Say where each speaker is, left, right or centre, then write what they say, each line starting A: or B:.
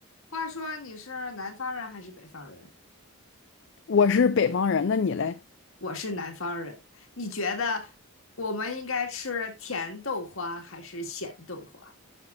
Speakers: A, on the left (about 70°); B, on the left (about 55°).
A: 话说你是南方人还是北方人？
B: 我是北方人，那你嘞？
A: 我是南方人，你觉得我们应该吃甜豆花还是咸豆花？